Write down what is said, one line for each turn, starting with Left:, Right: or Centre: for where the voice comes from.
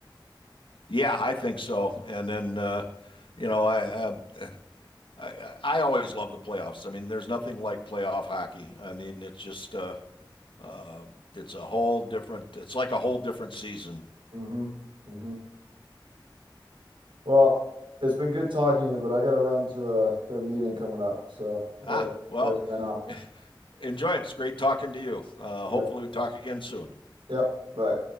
Left: yeah, I think so. And then, uh, you know, I, uh, I I I always love the playoffs. I mean, there's nothing like playoff hockey. I mean, it's just. Uh, Uh, it's a whole different, it's like a whole different season.
Right: Mm-hmm. Mm-hmm. Well, it's been good talking to you, but I gotta run to a to a meeting coming up, so I
Left: Ah,
Right: gotta
Left: well,
Right: I gotta sign off.
Left: <laughs> enjoy it. It's great talking to you. Uh,
Right: Yep.
Left: hopefully, we talk again soon.
Right: Yep. Bye.